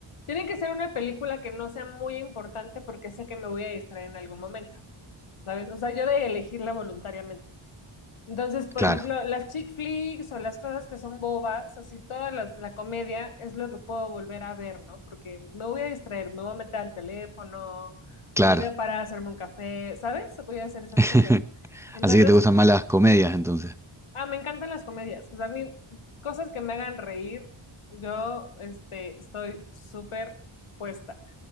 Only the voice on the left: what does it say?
tiene que ser una película que no sea muy importante porque sé que me voy a distraer en algún momento, ¿sabes? O sea, yo de elegirla voluntariamente. Entonces, por
ejemplo, las chick flicks o las cosas que son bobas, así toda la, la comedia es lo que puedo volver a ver, ¿no? Porque me voy a distraer, me voy a meter al teléfono,
me voy a parar a hacerme un café, ¿sabes? Voy a hacer esas
cosas. Entonces,
ah, me encantan las comedias. O sea, a mí, cosas que me hagan reír, yo, este, estoy súper puesta.